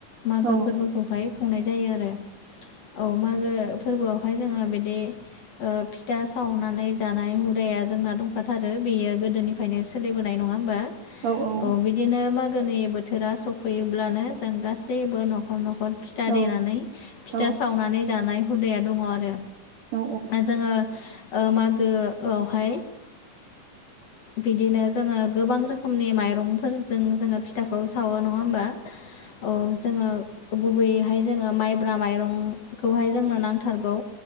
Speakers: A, on the left; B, on the right.
A: मागो
B: औ
A: फोरबो। खौहाय खुंनाय जायो आरो औ मागो फोरबोआवहाय जोङो बिदि फिथा सावनानै जानाय हुदाया जोंना दं। खाथारो बियो गोदोनिफ्रायनो सोलिबोनाय नङा होमबा?
B: औ औ
A: बिदिनो मागोनि बोथोरा सफैयोब्लानो जों गासैबो न'खर न'खर फि था
B: औ
A: देनानै फिथा
B: औ
A: सावनानै जानाय हुदाया दङ आरो
B: औ
A: जोङो मागोआवहाय बिदिनो जोङो गोबां रोखोमनि माइरंफोरजों जोङो फिथाखौ सावो नङा होमबा? औ जोङो गुबैयैहाय जोङो माइब्रा माइरंखौहाय जोंनो नांथारगौ।